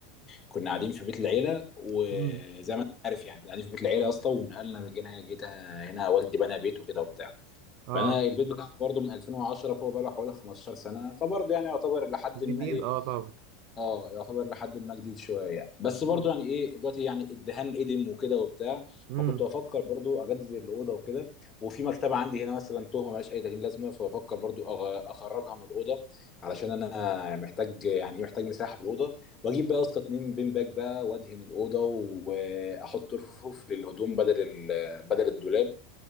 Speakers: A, on the left; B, on the right.
A: كنا قاعدين في بيت العيله وزي
B: امم
A: ما انت عارف يعني كنا قاعدين في بيت العيله يا اسطى ونقلنا رجعنا جيت هنا والدي بنى بيت وكده وبتاع
B: اه
A: فانا البيت بتاعي برضو من 2010 فهو بقى له حوالي 15 سنه فبرضو يعني يعتبر لحد
B: جديد
A: ما ايه
B: اه طبعا
A: اه يعتبر لحد ما جديد شويه يعني بس برضو
B: امم
A: يعني ايه دلوقتي يعني الدهان قدم وكده وبتاع
B: امم
A: فكنت بفكر برضو اجدد الاوضه وكده وفي مكتبه عندي هنا مثلا تهمه ملهاش اي تهيئه لازمه فبفكر برضو أغ- اخرجها من الاوضه علشان انا محتاج يعني ايه محتاج مساحه في الاوضه واجيب بقى يا اسطى اتنين بين باك بقى وادهن الاوضه واحط رفوف للهدوم بدل ال- بدل الدولاب